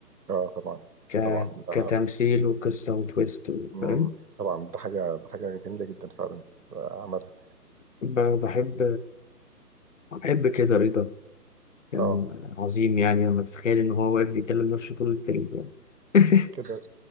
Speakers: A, on the right; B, on the left.
A: اه طبعا
B: ك
A: طبعا ده
B: كتمثيل وقصه وتويست و-
A: امم
B: فاهم
A: طبعا ده حاجه ده حاجه جميله جدا فعلا آه، عملها
B: ب- بحب بحب كده رضا كان
A: اه
B: عظيم يعني لما تتخيل ان هو واقف بيكلم نفسه طول الفيلم <laughs>
A: كده